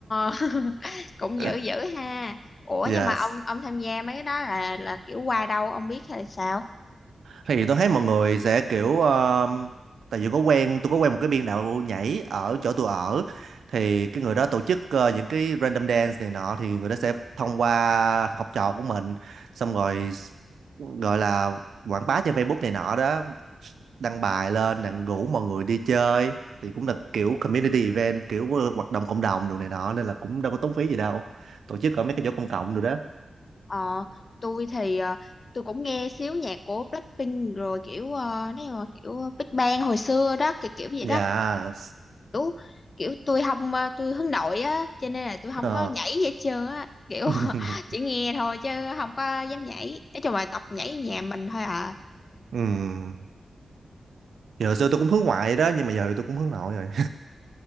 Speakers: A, on the left; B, on the right.
A: <laughs> cũng
B: <laughs>
A: dữ dữ ha ủa
B: yes
A: nhưng mà ông ông tham gia mấy cái đó là là kiểu qua đâu ông biết hay là sao
B: Thì tôi thấy mọi người sẽ kiểu ờ, tại vì có quen tôi có quen một cái biên đạo nhảy ở chỗ tôi ở thì cái người đó tổ chức ờ, những cái random dance này nọ thì người đó sẽ thông qua học trò của mình xong rồi gọi là quảng bá trên Facebook này nọ đó đăng bài lên đặng rủ mọi người đi chơi thì cũng là kiểu community event kiểu ờ, hoạt động cộng đồng đồ này nọ nên là cũng đâu có tốn phí gì đâu tổ chức ở mấy cái chỗ công cộng rồi đó
A: ờ tôi thì ờ, tôi cũng nghe xíu nhạc của Blackpink rồi kiểu ờ, nếu mà kiểu Big Bang hồi xưa đó kiểu kiểu vậy
B: dạ
A: đó kiểu kiểu tôi không ờ, tôi hướng nội á cho nên là tôi không
B: ờ
A: có nhảy gì hết trơn á kiểu
B: <laughs>
A: <laughs> chỉ nghe thôi chứ không có dám nhảy nói chung là tập nhảy nhà mình thôi à
B: ừ giờ hồi xưa tôi cũng hướng ngoại đó nhưng mà giờ thì tôi cũng hướng nội rồi